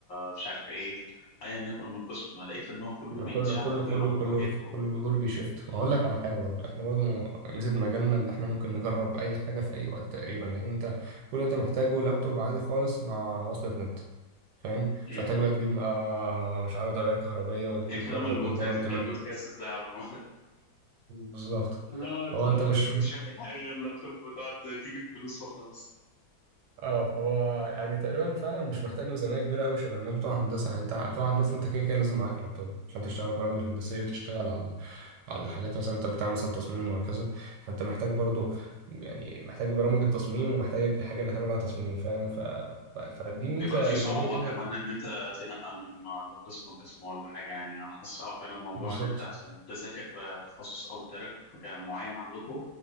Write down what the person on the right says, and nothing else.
كله كله
كله كله
كله كله بيشفت هقول لك على حاجه برضه احنا برضه ميزه مجالنا اللي احنا ممكن نجرب اي حاجه في اي وقت تقريبا لان انت كل اللي انت محتاجه لابتوب عادي خالص مع وصلة نت فاهم
مش محتاج بقى تجيب آه مش عارف تغيير كهربية وتجيب
كو-
كومبوننت من
بالظبط
هو انت مش
اه هو يعني تقريبا فعلا مش محتاج ميزانية كبيرة قوي شبه الناس بتوع هندسة يعني انت بتوع هندسة انت كده كده لازم معاك لابتوب عشان تشتغل البرامج الهندسية وتشتغل على على الحاجات مثلا انت بتعمل مثلا تصميم وهكذا فانت محتاج برضو يعني محتاج برامج التصميم ومحتاج الحاجة اللي هتعمل عليها تصميم فاهم ف... ف- فدي ميزة
جميلة جدا
بالظبط